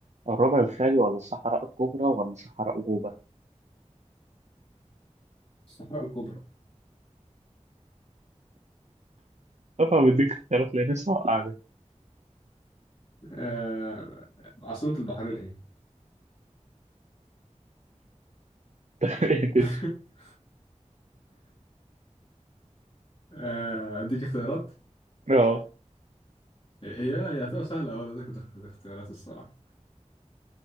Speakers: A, on the right; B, on the left.
A: الربع الخالي ولا الصحراء الكبرى ولا صحراء جوبا؟
B: الصحراء الكبرى
A: طبعا بديك اختيارات لأن لسه وقعت
B: آه، عاصمة البحرين ايه؟
A: <laughs>
B: <laughs> آه، اديك اختيارات
A: أه
B: هي هي هتبقى سهله اول اديك اختيارات الصراحه